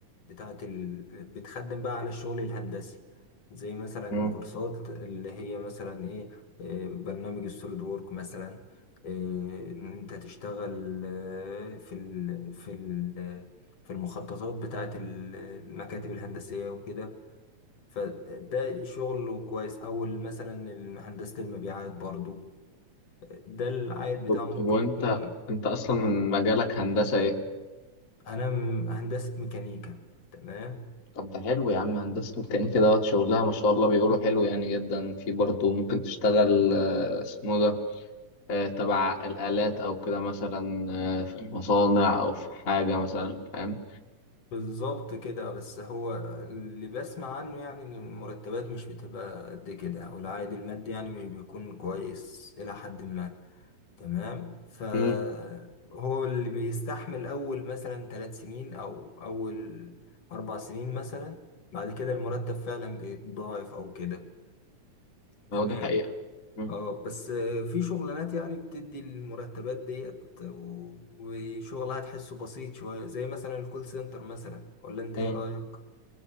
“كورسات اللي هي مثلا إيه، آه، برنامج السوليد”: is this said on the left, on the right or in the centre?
Left